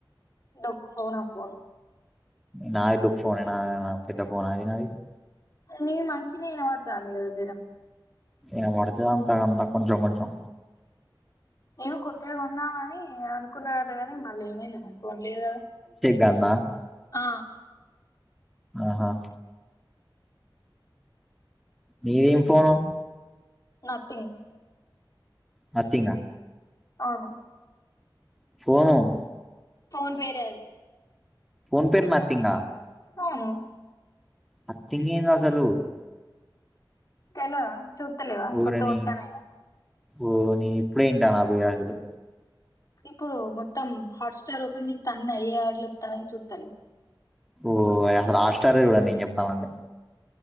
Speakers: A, on the left; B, in the centre.
A: డొక్కు ఫోనా ఫోన్
B: నాది డొక్కు ఫోనే నా ఏవన పెద్ద ఫోనాయినాది
A: నవ మంచినే ఏనమాతా నదీర
B: ఏ వాడతద అంతా అంత కొంచం కొంచం
A: ఏమో కొత్తది కొందామని అనుకున్నదటగాని అళ్ళ ఏమైంది మరి కొనలేదు గా
B: గన్నా
A: ఆ
B: ఆహా మీదేం ఫోను
A: నథింగ్
B: నత్తీంగా
A: అవును
B: ఫోను
A: ఫోన్ పేరే అది
B: ఫోన్ పేరు నా థింగా
A: అవును
B: నత్తింగేందసలు
A: తెల్వదా చూత్తలేవా
B: ఊరని
A: కొత్తగా వత్తనాయని
B: ఓ నేను ఇప్పుడే ఇంటా భై గసులు
A: ఇప్పుడు మొత్తం హాట్స్టార్ ఓపెన్ తన్న అయ్యే ఆడ్లు ఇస్తాన చూస్తాల
B: ఓ అసలు హాట్టారే చూడండి నేను చెప్తామండి